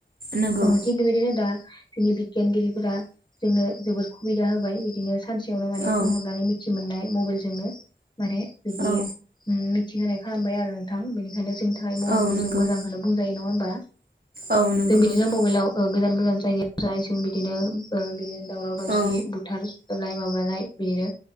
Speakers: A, on the right (about 50°); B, on the left (about 25°).
A: नंगौ
B: औ थिग बेबायदिनो दा जोंनि बिगियानगिरिफोरा जोंनो जोबोद सुबिदा होबाय बिदिनो सानसेयावनो माने
A: औ
B: फन हरनानै मिथि मोननाय मबाइल जोंनो माने बिदि
A: औ
B: मिथि थि होनाय खालामबाय आरो नोंथां बेनिखायनो जोंनि थाखाय मबाइलखौ
A: औ नंगौ
B: जों मोजांखौनो बुंजायो नंङा होमबा?
A: औ नंगौ
B: जों बिदिनो
A: नोंथां
B: मबाइलाव ओ गोजान गोजान जायगायाव जानाय जों बिदिनो ओ बिदि दावराव दावसि
A: औ
B: बुथार सुथारनाय माबानाय बिदिनो